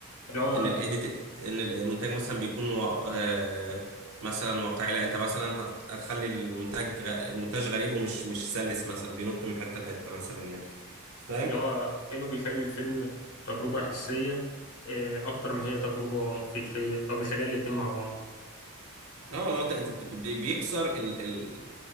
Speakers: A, on the left; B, on the right.
A: اللي هو
B: ان الايديت ان المونتاج مثلا بيكون و... آه... مثلا واقعي لا انت مثلا هت... هتخلي المونتاج غ... المونتاج غريب ومش مش سلس مثلا بينط من حته لحته مثلا يعني فاهم
A: اللي هو كانوا بيخلي الفيلم تجربة حسية آه، أكتر ما هي تجربة فكرية أو بيخليها الاتنين مع بعض
B: اه لو انت انت بت- بي- بيكسر ال... ال...